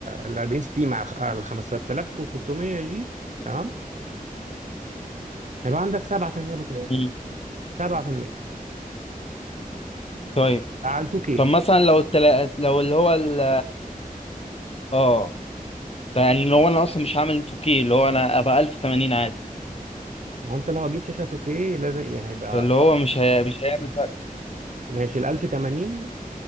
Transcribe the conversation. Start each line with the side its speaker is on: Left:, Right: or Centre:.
Right: ال 40 60 مع الخ- ال 5600 جي تمام هيبقى عندك 7% بوتنات
Left: امم
Right: 7%
Left: طيب
Right: ده على 2K
Left: طب مثلا لو التلا... لو اللي هو ال... اه ده يعني لو انا اصلا مش هعمل 2K اللي هو انا ابقى 1080 عادي
Right: ما هو انت لو هتجيب شاشه 2K لازم يعني هيبقى
Left: فاللي
Right: الأفضل.
Left: هو مش هي... مش هيعمل فرق
Right: ماشي ال 1080